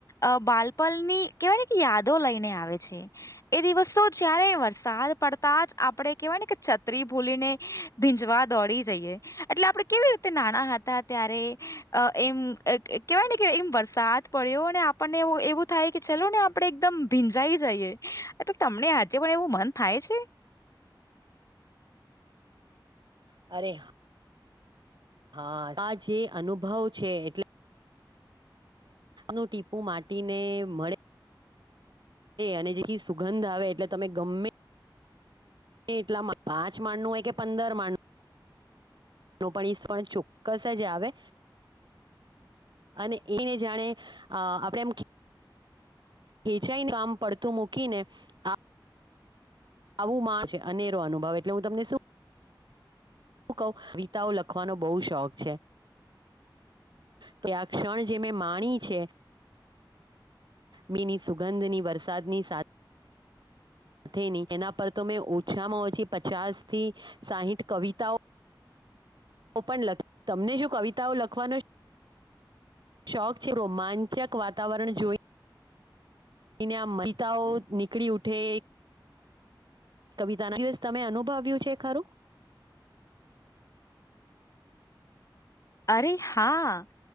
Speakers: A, on the left; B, on the right.
A: અ બાલપલ ની કેહેવાય કે યાદો લઈને આવે છે એ દિવસ તો જયારે વરસાદ પડતા જ આપડે કેહેવાય ને કે છત્રી ભૂલીને ભીંજવા દોડી જઈએ એટલે આપડે કેવી તે નાના હતા ત્યારે આ એમ કે કેવાય ને એમ વરસાદ પડ્યો ને પણ એવું એવું થાય કે ચાલું ને આપડે એકદમ ભીંજાઈ જઈએ એટલે તમને હાજે પણ એવું મન થાય પણ છે.
B: અરે હા આ જે અનુભવ છે એટલે નું ટીપું માટીને મળે. અને જેથી સુગંધ આવે એટલે તમે ગમે એટલા પાંચ માણનું હોય કે પંદર માણનું પણ ઈસ પણ ચોક્કસ જ આવે. અને એને જાણે અ આપણેે એમ ખેંચાઈનું કામ પડતું મૂકીને આ આવું મા છે અનેરો અનુભવ એટલે હું તમને શું હું કહું કવિતાઓ લખવાનો બહુ શોખ છે. તે આ ક્ષણ જે મેં માણી છે. મીની સુગંધની વરસાદની સાથે સાથે નહીં એના પર તો મેં ઓછામાં ઓછી પચાસ થી સાહીઠ કવિતાઓ તો પણ લખી તમને શું કવિતાઓ લખવાનો છે શોખ છે રોમાંચક વાતાવરણ જોઈ અના મિતાઓ નીકળી ઉઠે. કવિતાનો દિવસ તમે અનુભવ્યું છે ખરું? <inaudible>
A: અરે હા